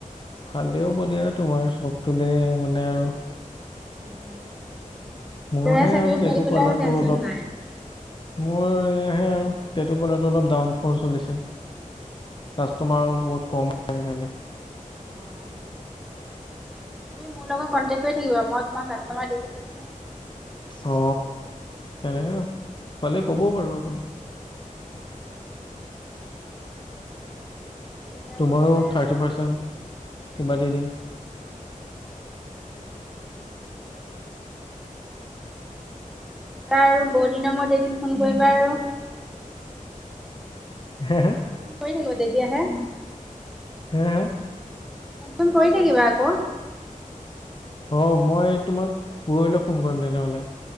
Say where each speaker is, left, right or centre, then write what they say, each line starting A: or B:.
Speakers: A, on the left; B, in the centre.
A: ভালেও হব দিয়া তোমাৰ চব ফালে মানে আৰু।
B: উম
A: মোৰ
B: ল'ৰাই
A: হে
B: চাকৰি
A: আৰু তেটত
B: পাই গ'লে
A: পাৰ্লাৰটো
B: আৰু টেনচন
A: অলপ
B: নাই।
A: মোৰ এ আহে আৰু তেতপালো অলপ ডাউন ফল চলিছে তোমাৰ বহুত কম আজিকালি।
B: তুমি মোৰ লগত কন্টেক কৰি থাকিবা মই তোমাক আছো। মই দি থাকিম নহয়।
A: অ সনেকে পালে ক'বও বাৰু আপুনি
B: উম তুমি আৰু
A: তোমাৰো
B: এয়া
A: থাৰ্টি পাৰ্চেন্ট কিবা দি দিম।
B: তা আৰু বহু দিনৰ মূৰত এদিন ফোন কৰিবা আৰু
A: হে হে
B: ফন চোন কৰি থাকিবা তেতিয়া হে।
A: হা হা
B: ফোন চোন কৰি থাকিবা আকৌ।
A: অ মই তোমাক পৰহিলৈ ফোন কৰিম তেনেহলে।